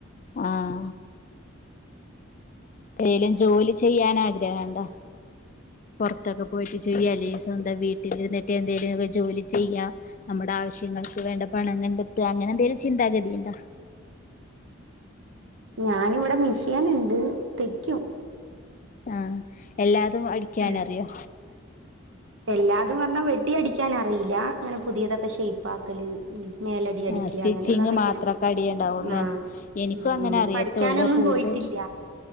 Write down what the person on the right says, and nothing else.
ഞാനിവിടെ മിഷ്യനുണ്ട് തൈക്കും
ഉം എല്ലാതും പറഞ്ഞാൽ വെട്ടിയ ടിക്കാനറിയില്ല അങ്ങനെ പുതിയതൊക്കെ ഷേപ് ആക്കല് ഉ മേലഡി അടിക്കില്ല
അങ്ങനെയുള്ളൊക്കെ
ചെയ്യും
ആ
ഉം
ഉ
പഠിക്കാനൊന്നും
പോയിട്ടില്ല